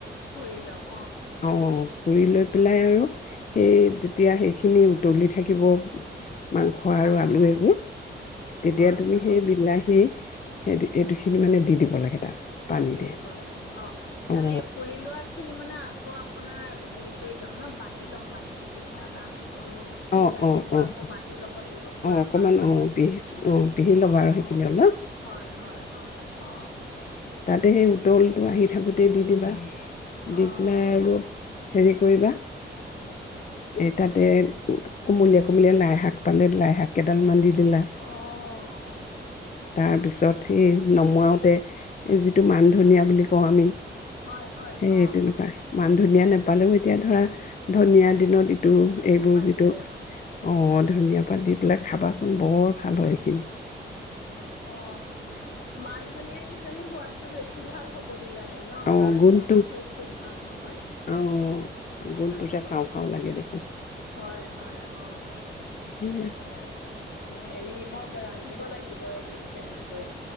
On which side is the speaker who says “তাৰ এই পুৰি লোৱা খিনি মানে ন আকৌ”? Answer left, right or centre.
Left